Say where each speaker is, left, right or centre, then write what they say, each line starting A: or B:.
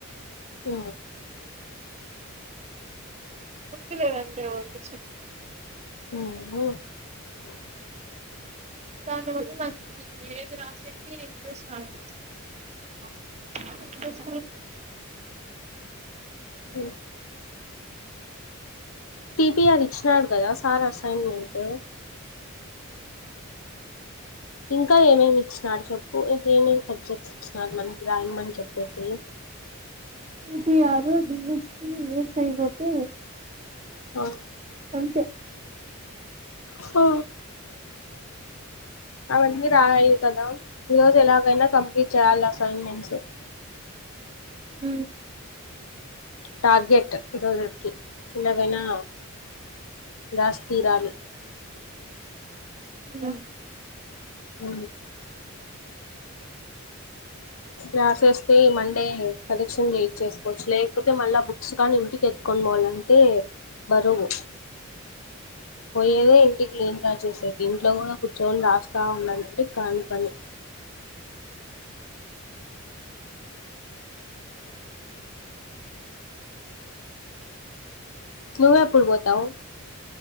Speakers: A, on the left (about 75°); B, on the right (about 30°).
A: ఆ
B: ఉప్పులే రన్న పచ్చ
A: హ
B: దాని వల్ల నాకు ఏది రాసేట్ స్ార్ట్ స్
A: అవు టీపిఆర్ ఇచ్చినాడు కదా సార్ అసైన్మెంటు ఇంకా ఏమేమి ఇచ్చినాడు చెప్పు ఇం ఏమేమి సబ్జెక్ట్స్ ఇచ్చినాడు మనకి రా ఇమ్మని చెప్పేసి
B: ఇది ఆరు వస్ వవసైపోతే
A: ఆఓ
B: అంతే
A: హ అవన్నీ రాయి కదా ఈ రోజు ఎలాగైనా కంప్లీట్ చేయాలి అసైన్మెంట్స్
B: ఊ
A: టార్గెట్ ఈ రోజుటికి ఇంగా పైనా రాసి తీరాలి
B: <inaudible>
A: ఊ రాసెస్తే ఈ మండే కరెక్షన్ చేయిచ్చేసుకోవచ్చు లేకపో తే మళ్ళా బుక్స్ కానీ ఇంటికెత్తుకోని పోవాలంటే బరువు పోయ్యేదే ఇంటికి లింకా చేసేకి ఇంట్లో కూడా కుచ్చోని రాస్తా ఉండాలంటే కాని పని నువ్వెప్పుడు పోతాత్